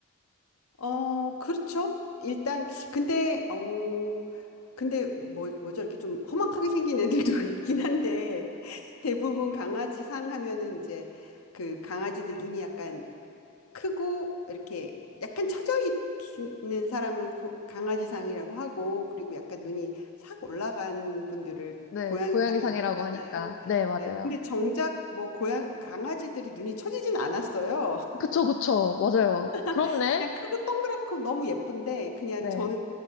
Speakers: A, on the left (about 85°); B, on the left (about 60°).
A: 어, 그렇죠. 일단 근데 어, 근데 뭐 뭐죠 이렇게 좀 험악하게 생긴 애들도 <laughs> 있긴 한데 대부분 강아지상 하면은 이제 그 강아지들 눈이 약간 크고 이렇게 약간 처져 있는 사람을 고- 강아지상이라고 하고 그리고 약간 눈이 싹 올라간 분들을
B: 네,
A: 고양이상이라고
B: 고양이상이라고
A: 하잖아요.
B: 하니까. 네, 맞아요.
A: 네, 근데 정작 뭐 고양 강아지들이 눈이 처지진 않았어요.
B: 그쵸, 그쵸. 맞아요. 그렇네.
A: <laughs> 그냥 크고 동그랗고 너무 예쁜데 그냥
B: 네,
A: 저는